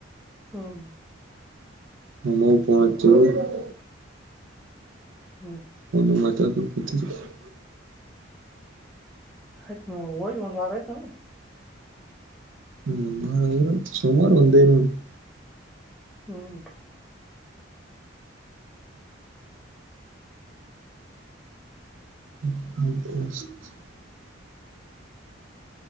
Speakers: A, in the centre; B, on the right.
A: ಹ <inaudible>
B: ನಿಮ್ಮ ಪೋನ್ ಹಚ್ಚಿದ ಏನ್ <inaudible>
A: ಹೂ <inaudible>
B: ಏನ್ ಏನ್ ಮಾತಡಕೊಂತ ಕುಂತಿದರಿ. <inaudible>
A: ಹತ್ತ ಹೋಗಿ ಒಂದ್ ವಾರ ಆಯ್ತಾನ. <inaudible>
B: ಹು ಒಂದ ವಾರ ಆಗಿರಬೇಕು ಸುಮಾರು ಒಂದೇ ಒಂದ್ <inaudible>
A: ಹೂ <inaudible>
B: ಹೌದ <inaudible> <unintelligible>